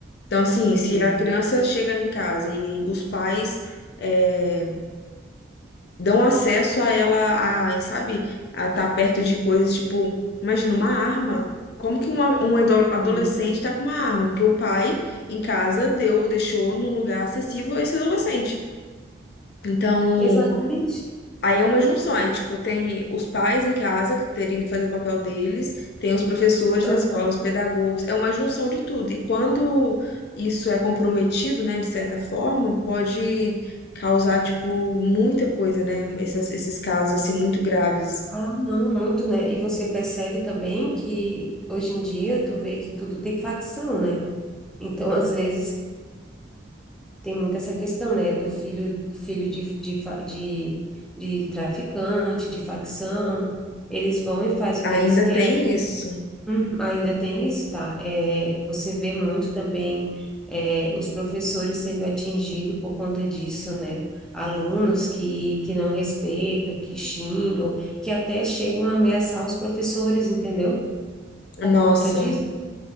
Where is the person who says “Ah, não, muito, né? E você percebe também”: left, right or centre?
Centre